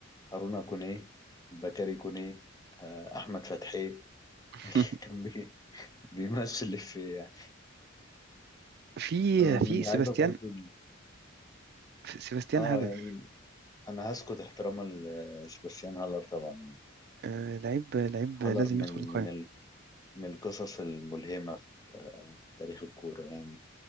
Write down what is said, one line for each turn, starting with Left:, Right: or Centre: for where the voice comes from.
Left: هارونا كونيه بكاري كونيه آه، احمد فتحي
Right: <laughs>
Left: <laughs> كان بي- بيمثل الافيه يعني
Right: في
Left: آه، من
Right: في سيباستيان
Left: لعيبه برضو ال-
Right: سيباستيان
Left: اه
Right: هالر
Left: يعني انا هسكت احتراما لسباستيان هالر طبعا يعني
Right: آه، لعيب لعيب لازم
Left: هالر من
Right: يدخل القائمة
Left: من ال... من القصص الملهمه في تاريخ الكوره يعني